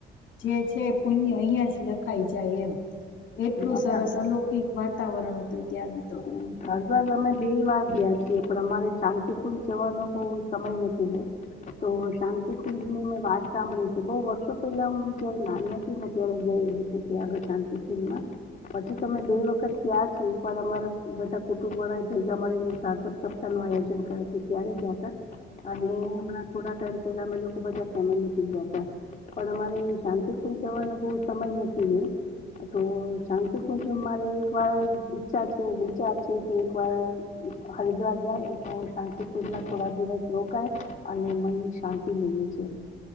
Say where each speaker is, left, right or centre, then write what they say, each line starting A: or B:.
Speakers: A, on the left; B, on the left.
A: જે છે પુણ્ય અહિયાં જ લખાઈ જાય એમ. એટલું
B: અમે
A: સરસ અલૌકિક વાતાવરણ હતું. તઈ તેનું.
B: હમ ઘરબ. અમે બે વાર ગયા છીએ પણ અમારે શાંતિકુંજ જવાનો બહ સમય નથી. ગ તો શાંતિકુંજ ની મેં વાત સાંભળી છે. બહુ વર્ષો પહેલા હું જયારે નાની હતી ને ત્યારે ગયેલીીું આગળ શાંતિકુંલમાં પછીમે બે વખત ગયા છ. એક વાર અમારા. બધા કુટુંબ વાળા ભેગા મળીને ભાગવત સપ્તાહ નું આયોજન કર ત્યારે ગયા હતા. અને હમણાં થોડા ટાઈમ પેલા અમે લોકો બધા ફેમિલી થી ગયા પણ અમારે શાંતિકુંજ જવાનો બહ સમય નથી. તો શાંતિકુંજ મારે એક વાર ઈચ્છા. છે. કે એક વાર હરિદ્વાર જાય તો શાંતિ પૂજમાં થોડા દિવસ રોકાય અને મન. શાંતિ મેવી છે.